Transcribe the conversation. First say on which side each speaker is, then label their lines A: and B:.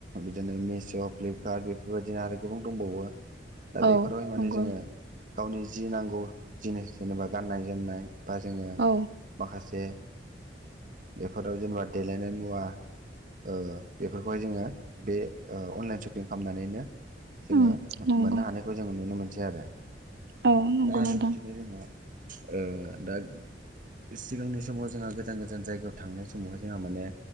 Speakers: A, on the right (about 50°); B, on the right (about 65°).
A: बिदिनो मिश' फ्लिपकार्ट बेफोरबायदिनो आरो गोबां दंबावो दा बेफोरावहाय
B: औ
A: माने
B: नंगौ
A: जोङो गावनि जि नांगौ जिनिस जेनेबा गाननाय जोमनाय बा जोङो
B: औ
A: माखासे बेफोराव जेनेबा देलायनाय मुवा ओ बेफोरखौहाय जोङो बे ओ अनलाइन सपिं खालामनानैनो जोङो
B: उम नंगौ
A: मोननो हानायखौ जोङो नुनो मोनसै आरो।
B: औ नंगौ
A: दा आरो
B: नोंथां
A: बिदिनो जोंहा ओ दा सिगांनि समाव जोंहा गोजान गोजान जायगायाव थांनाय समावहाय जोंहा माने